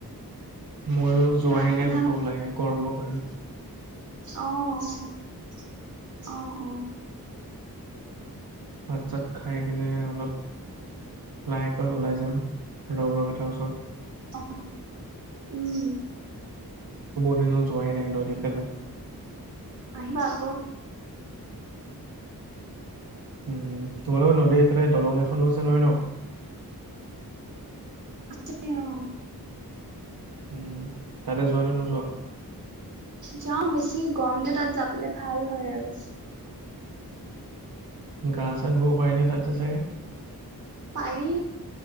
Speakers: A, on the right; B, on the right.
A: ময়ো,
B: বাকী
A: যোৱাই
B: ভাত পানী
A: নাই ক'তো ওলাই গৰমৰ পৰাই।
B: অ-অ-অ।
A: ভাত চাত খাইকিনে অলপ লাহেকৈ ওলাই যাম, লগৰ কেইটা ওচৰত।
B: অ, উম
A: পিনো যোৱাই নাই নদী ফালে।
B: আহিবা আক।
A: উম, তোমালোকৰ নদীৰ সেইফালে দলং এখনো আছে নহয় ন'?
B: আছে অ,
A: উম, তাতে যোৱা নে নোযোৱা?
B: যাও। বেছি গৰম যে তাত যাবলে ভাল হ'য় আৰু।
A: গা চা ধুব পাৰিনে তাত চা-চাগে?
B: পাৰি